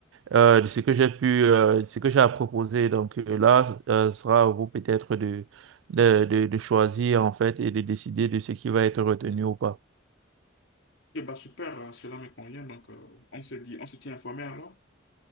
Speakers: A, on the right (about 65°); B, on the left (about 60°).
A: euh, de ce que j'ai pu, euh, de ce que j'ai à proposer. Donc euh, là, euh, sera à vous peut-être de, de, de, de choisir en fait et de décider de ce qui va être retenu ou pas.
B: Eh ben super, euh, cela me convient. Donc, euh, on se dit, on se tient informé alors.